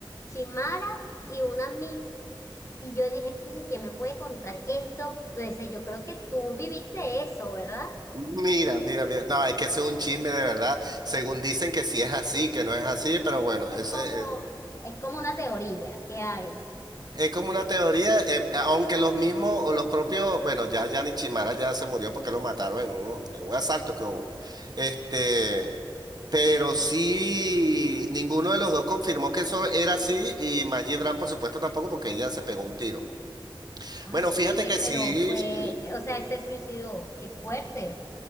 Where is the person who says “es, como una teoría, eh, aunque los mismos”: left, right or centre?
Right